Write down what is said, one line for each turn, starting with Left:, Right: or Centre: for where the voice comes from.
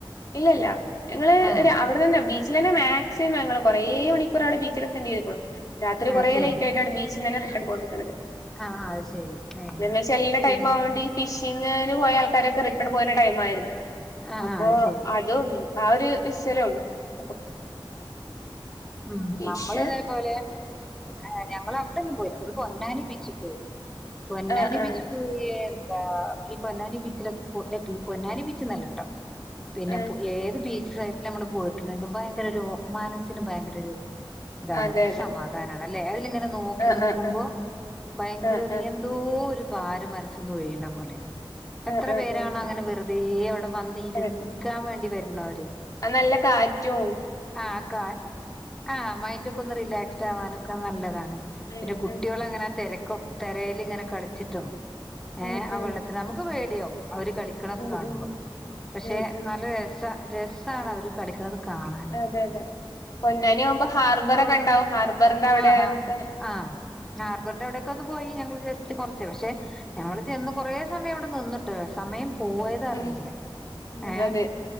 Left: ഇല്ലില്ല ഞങ്ങള്
Centre: ആഹ്
Left: രാ അവിടെ നിന്നാ ബീച് <unintelligible> മാക്സിമം ഞങ്ങള് കൊറേ മണിക്കൂർ അവിടെ ബീച്ചില് സ്പെൻഡ്‌ രാത്രി
Centre: അത്
Left: കൊറേ
Centre: ശരി
Left: ലേറ്റായിട്ടാണ് ബീച് <unintelligible> അങ്ങനെ
Centre: ആഹ് അത് ശരി ഏഹ്
Left: <unintelligible>
Centre: പിന്നെ
Left: പിന്നയിനു പോയ ആൾക്കാരൊക്കെ റിട്ടേൺ പോരിന്ന ടൈം ആയിരുന്നു
Centre: ആആ
Left: അപ്പൊ
Centre: അയ്ശരി
Left: അതും ആ ഒര് <unintelligible>
Centre: മം
Left: പിന്നെ
Centre: നമ്മളിതേപോലെ ആ ഞങ്ങളവിടെങ്ങും പോയില്ല നമ്മള് പൊന്നാനി ബീച്ചി പോയിരുന്നു പൊന്നനി
Left: ആഹ് ആഹ്
Centre: ബീച്ചി പോയാരുന്നു ആ ഈ പൊന്നനി ബീച്ചിലൊക്കെ <unintelligible> ഈ പൊന്നാനി ബീച്ച് നല്ലാട്ടൊ പിന്നെ
Left: ആഹ്
Centre: പോയ് ഏതു ബീച് ഫ്ലൈറ്റില് നമ്മള് പോയിട്ടുണ്ട് മനസ്സിന് ഭയങ്കര ഒരു ഇതാണ്
Left: അതെ
Centre: ഒരു
Left: അതെ
Centre: സമാധാനാണ് അല്ലെ അതിലിങ്ങനെ നോക്കി
Left: ആഹ്
Centre: നിക്കുമ്പോ
Left: ആഹ്
Centre: ഭയങ്കര
Left: ആഹ് ആഹ്
Centre: ഒരു എന്തോരു ഭാരം മനസ്സിന്നൊഴിയണ പോലെ എത്ര
Left: ആഹ് ആഹ്
Centre: പേരാണ്
Left: ആഹ്
Centre: അങ്ങനെ വെറുതെ അവിടെ വന്നിരുക്കാൻ
Left: അതെ
Centre: വേണ്ടി വരു നാര്
Left: അത് നല്ല കാറ്റു
Centre: ആ കാ ആ മൈൻഡ് ഒക്കെ ഒന്ന് റീലാക്സ്‌ഡ് ആകാൻ അനക് നല്ലതാണ്
Left: ഉം
Centre: പിന്നെ കുട്ടികൾ
Left: ഉം
Centre: അങ്ങനെ തിരക്കും തിരയിലിങ്ങനെ കളിച്ചിട്ടും ങേ
Left: ഉം
Centre: ആ
Left: ഉം
Centre: വെള്ളത്തിലു നമുക്ക് പേടിയാകും അവര് കളിക്കണ ഒക്കെ
Left: ഉം
Centre: കാണുമ്പോ
Left: ഉം
Centre: പക്ഷെ
Left: ഉം ഉം
Centre: നല്ല രസാ രസാണ് അവര് കളിക്കണ് കാണാൻ
Left: അതെ പൊന്നാനി ആകുമ്പോ ഹാർബറൊക്കെ
Centre: കെടന്ന്
Left: ഒണ്ടാകും ഹാർബറിന്റെ അവിടെ
Centre: ആഹ്
Left: നമ്മക്ക്
Centre: ആഹ് ആഹ് ഹാർബറിന്റെ അവിടെയൊക്കെ ഒന്ന് പോയി ഞങ്ങൾ വിചാര് കുറച്ച് പക്ഷെ ഞങ്ങൾ ചെയ്യുന്നേ കുറെ സമയം ഇവിടെ നിന്നിട്ട് സമയം പോയതറിഞ്ഞില്ല
Left: ഉം ഉം
Centre: ങേ
Left: അതെ